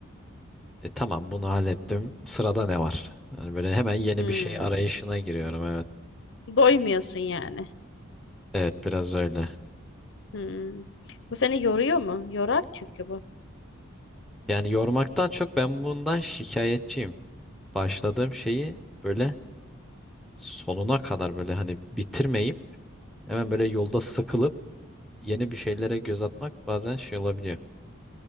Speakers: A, in the centre; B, on the left.
A: "E, tamam bunu hallettim. Sırada ne var? Yani böyle hemen yeni
B: Hmm.
A: bir şey arayışına giriyorum. Evet.
B: Doymuyorsun yani.
A: Evet biraz öyle.
B: Hmm. Bu seni yoruyor mu? Yorar çünkü bu.
A: Yani yormaktan çok ben bundan şikayetçiyim. Başladığım şeyi böyle sonuna kadar böyle hani bitirmeyip hemen böyle yolda sıkılıp yeni bir şeylere göz atmak bazen şey olabiliyor.